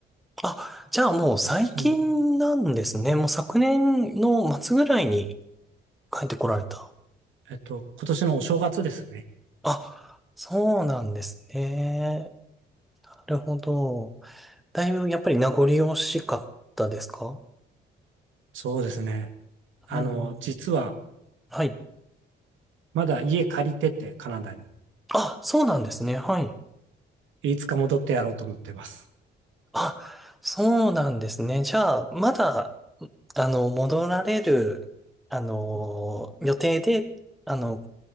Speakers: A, in the centre; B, on the right.
A: あ、じゃあもう最近なんですね。
B: 今年の
A: もう昨年の末ぐらいに帰ってこられた。
B: えっと、今年のお正月ですね。
A: あ、そうなんですね。なるほど。だいぶやっぱり名残惜しかったですか
B: そうですね。あの、
A: うんうん。
B: 実は、
A: はい。
B: まだ家借りてて、カナダに。
A: あ、そうなんですね。はい。
B: いつか戻ってやろうと思ってます。
A: あ、そうなんですね。じゃあ、まだ、あの、戻られる、あの、予定で、あの、